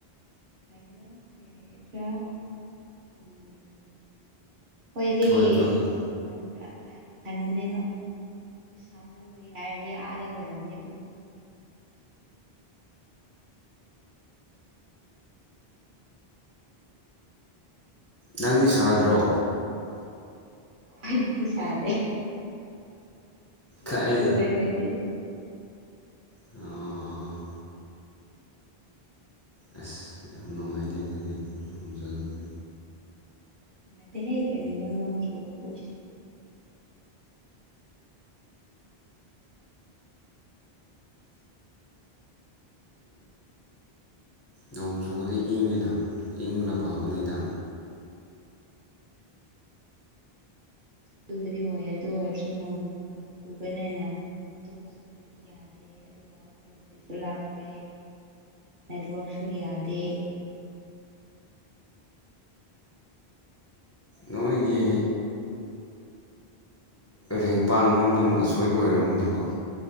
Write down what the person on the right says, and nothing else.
ꯍꯥꯏꯕ꯭ꫪꯥ ꯀꯔꯤ ꯍꯥꯏꯒꯗ꯭ꯔꯥ ꯎꯝ ꯑꫭꯏꯗ‌ꯦ
ꯃꯥꯟꯕ꯭ꯔꯥ ꯈꯟꯕꯅꯦꯕ ꯑꯗꯨ ꯁꯥꯃꯟꯕꯒꯤ ꯍꯥꯏꯔꯗꯤ ꯑꯥꯗ ꯑꯣꯏꯔꯝꯅꯦꯕꯀꯣ
ꯍꯣꯏꯗꯤ ꯁꯥꯗꯦ <unintelligible> ꯅꯪ
ꯇꯨꯏꯎ‌ꯦ ꯑꯈꫭꯏꯗꯤ
ꯅꯠꯇ‌ꯦꯍꯦ ꯀꯅꯤꯅꯣ ꯅꫭꯡꯆ‌ꯎꯕꯕꯨ
ꯑꯗꯨꯕꯨꯗꯤ ꯑꯣꯏ ꯑꯗꯨ ꯑꯣꯏꯔꯁꯨ ꯅꫭꯡ ꯆꯨꯕꯅꯤꯅ ꯇꯧꯕꯁꯨ ꯌꯥꯗꯦ ꯑꯗꯨꯒ ꯂꯩꯇ꯭ꯔꯤꯁꯨ ꯂꯥꯛꯇꯦ ꯅ‌ꯦꯠꯋꯥꯛꯁꯨ ꯌꯥꯗꯦ